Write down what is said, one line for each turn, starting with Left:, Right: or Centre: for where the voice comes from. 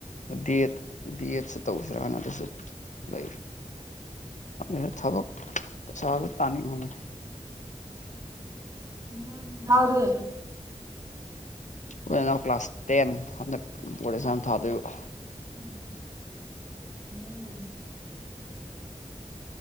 Left: ꯗꯤ ꯑꯦꯠ ꯗꯤ ꯑꯦꯠꯁꯨ ꯇꯧꯁꯤꯔ ꯑꯥꯅ ꯑꯗꯨꯁꯨ ꯂꯩꯔꯤ ꯈꯪꯗꯦꯗ ꯊꯕꯛ ꯄꯩꯁꯥꯖꯦ ꯇꯥꯅꯤꯡꯕꯅꯦ
Right: ꯅꯣꯏ ꯅꯅꯥꯎꯗꯤ
Left: ꯑꯩꯈꯣꯏ ꯅꯅꯥꯎ ꯀ꯭ꯂꯥꯁ ꯇꯦꯟ ꯍꯟꯗꯛ ꯕ꯭ꯔꯣꯗ ꯑꯦꯛꯖꯥꯝ ꯊꯥꯗꯣꯏꯕ
Right: <unintelligible>